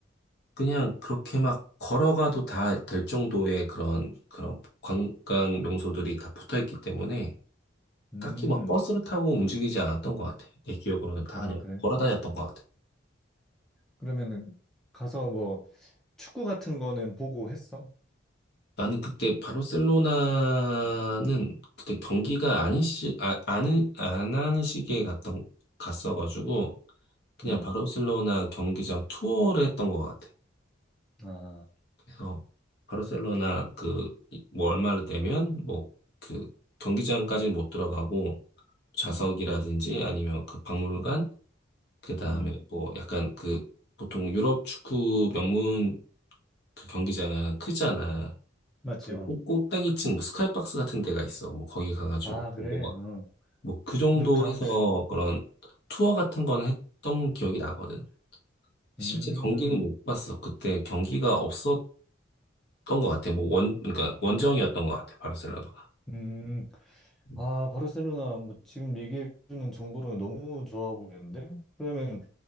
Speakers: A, on the left; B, in the centre.
A: 그냥 그렇게 막 걸어가도 다 될 정도의 그런, 그런 관광 명소들이 다 붙어 있기 때문에
B: 음.
A: 딱히 막 버스를 타고 움직이지 않았던 것 같아. 내 기억으로는 다
B: 아,
A: 그냥
B: 그래.
A: 걸어 다녔던 것 같아.
B: 그러면은 가서 뭐 축구 같은 거는 보고 했어?
A: 나는 그때 바르셀로나는 그때 경기가 아닌 시, 아, 안안 하는 시기에 갔던, 갔어가지고 그냥
B: 음.
A: 바르셀로나 경기장 투어를 했던 것 같아.
B: 아,
A: 그래서 바르셀로나 그, 뭐 얼마를 내면 뭐 그 경기장까지는 못 들어가고 좌석이라든지
B: 음,
A: 아니면 그 박물관,
B: 음,
A: 그 다음에
B: 음.
A: 뭐 약간 그 보통 유럽 축구 명문 그 경기장은 크잖아.
B: 맞지,
A: 그
B: 어.
A: 꼭- 꼭대기층 뭐 스카이박스 같은 데가 있어. 뭐 거기 가가지고
B: 아, 그래,
A: 보고 막
B: 어.
A: 뭐 그 정도
B: 누캄프.
A: 해서 그런 투어 같은 거는 했던 기억이 나거든. 실제
B: 음,
A: 경기는 못 봤어. 그때 경기가 없었던 것 같아. 뭐 원, 그러니까 원정이었던 것 같아. 바르셀로나가.
B: 음.
A: 음.
B: 아, 바르셀로나, 뭐, 지금 얘기해주는 정보로는 너무 좋아 보이는데? 그러면